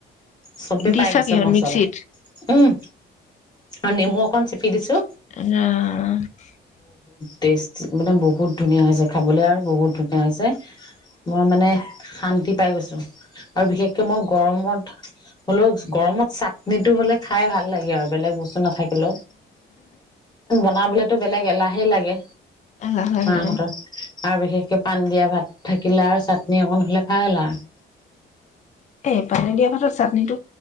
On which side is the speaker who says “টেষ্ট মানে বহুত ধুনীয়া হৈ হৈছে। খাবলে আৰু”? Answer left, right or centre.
Left